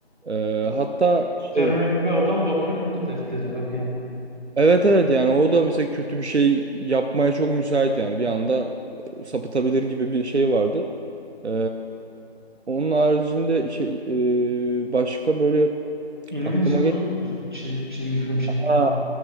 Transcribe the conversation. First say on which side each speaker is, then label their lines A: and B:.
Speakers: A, on the right (about 80°); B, on the right (about 45°).
A: Eee,
B: Ta-
A: hatta şey
B: Superman gibi adam bakıyorsun onun da dertleri var yani.
A: evet evet yani o da mesela kötü bir şey yapmaya çok müsait yani bir anda sapıtabilir gibi bir şey vardı. Ee, onun haricinde şey e, başka böyle
B: Invincible
A: aklıma gel.
B: oldu çiz- çizgi film şeklinde.
A: Aa,